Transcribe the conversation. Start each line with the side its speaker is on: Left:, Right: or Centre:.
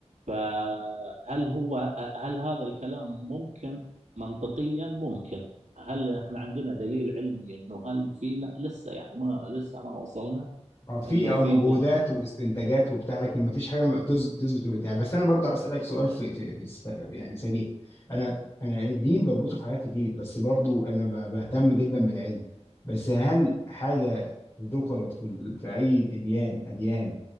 Right: فهل هو هل هذا الكلام ممكن منطقيا ممكن هل احنا عندنا دليل علمي انه هل في لا لسه يعني ما لسه ما وصلنا
Left: اه في
Right: انه
Left: اه
Right: في
Left: مجهودات واستنتاجات وبتاع لكن ما فيش حاجه تز- تثبت البتاع بس انا برضو اسالك سؤال في, في, في الس- يعني سريع انا انا الدين بربطه في حاجات كتير بس برضو انا ب- بهتم جدا بالعلم بس هل حاجه ذكرت في, ال- في اي اديان اديان